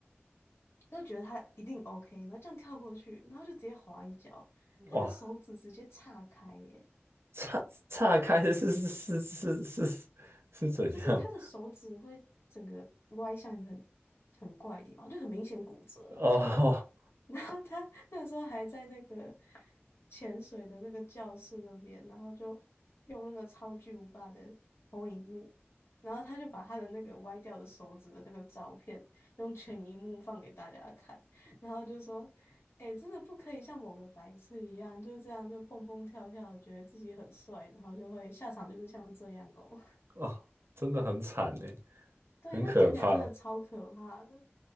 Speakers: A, on the left (about 65°); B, on the right (about 70°).
A: 他就觉得他一定 OK，然后这样跳过去，然后就直接滑一跤，他的手指直接岔开耶，
B: 哇，岔岔开是是是是是是是怎样？
A: 就是他的手指会整个歪向一个很很怪的地方，就很明显骨折了。
B: 哦
A: <laughs> 然后他那时候还在那个潜水的那个教室那边，然后就用那个超巨无霸的投影幕，然后他就把他的那个歪掉的手指的那个照片用全荧幕放给大家看，然后就说：“哎、真的不可以像某个白痴一样，就是这样就蹦蹦跳跳的，觉得自己很帅，然后就会下场就是像这样哦。”
B: 哦，真的很惨呢，
A: 对，
B: 很可怕。
A: 那看起来真的超可怕的。